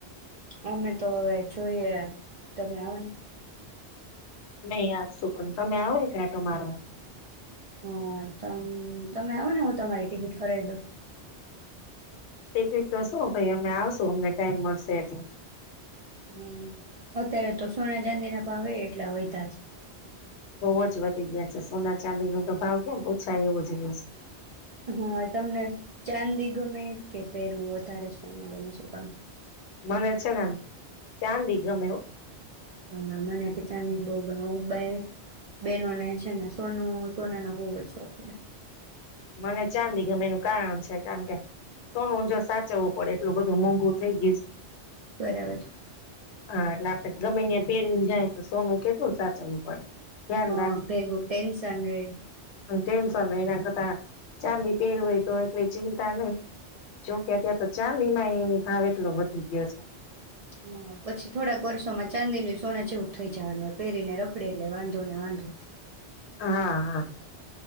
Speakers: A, on the right (about 55°); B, on the left (about 75°).
A: અમે તો હવે જોઈએ તમે આવ ને.
B: નહી આાર શું પણ તમે આવો એક રાટો મારવા.
A: હા ત તમે આવો ને હું તમારી ટિકિટ કરાવ દઉ.
B: એક વક તો શું ભાઈ અમે આવશું અમને ટાઈમ મળશે એટલે.
A: હમ અત્યારે તો સોના ચાંદી ના પણાવે એટલા વધ્યા જ.
B: બહુ જ વધી ગયા છે સોના ચાંદી ન તો ભાવ કેમ ઓછા એવો જ રહ્યો છે.
A: હા તમને ચાંદી ગમે કે પહેરવું વધારે સુંનું ગમે છે તમે?
B: મને છેને, એમ ચાંદી ગમેવ.
A: હા મને ભી ચાંદી બહ બે, બેહેનોને છે ને સોનું સોના નો બહવ જ શોખ હોય.
B: મને ચાંદી ગમે એનું કારણ છે કારણ કે સોનું જો સાચવવું પડે એટલું બધું મોંઘું થઈ ગયું છે.
A: બરાબર.
B: હા એટલે આપડણે ગમે યા પહેરીને જાય તો સોનું કેટલું સાચવું પડે. ધ્યાન
A: હા બેગું ટેન્શન રેય.
B: અન ટેન્શન એના કરતાં ચાંદી પહેર હોય તો એટલી ચિંતા નહી, જોકે તો ચાંદી માં એ ભાવ એટલો વધી ગયો છે.
A: હ પછી થોડાક વર્ષોમાં ચાંદી ન સોના જેવું થઈ જવાનું પહેરીને રખડી એટલે વાંધો ને વાંધો.
B: હા હા,